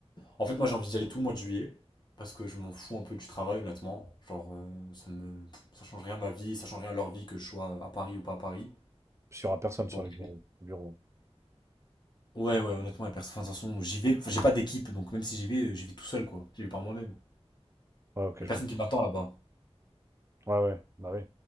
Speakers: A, on the left; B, on the right.
A: En fait, moi, j'ai envie d'y aller tout le mois de juillet, parce que je m'en fous un peu du travail, honnêtement. Genre, euh, ça me... ça change rien à ma vie, ça change rien à leur vie que je sois à Paris ou pas à Paris.
B: Parce qu'il y aura personne sur
A: Donc,
B: les bureaux. au bureau.
A: Ouais, ouais, honnêtement, y a personne. Enfin, de toute façon, j'y vais. Enfin, j'ai pas d'équipe, donc même si j'y vais, euh, j'y vais tout seul, quoi. J'y vais par moi-même.
B: Ouais, ok,
A: Y a
B: je
A: personne
B: comprends.
A: qui m'attend là-bas.
B: Ouais, ouais, bah oui.